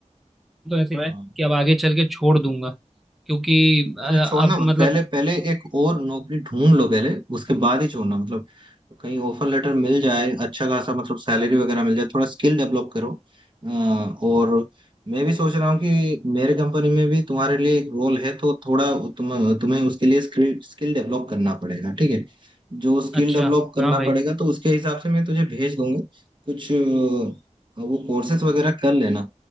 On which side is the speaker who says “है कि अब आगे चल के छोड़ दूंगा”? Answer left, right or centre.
Centre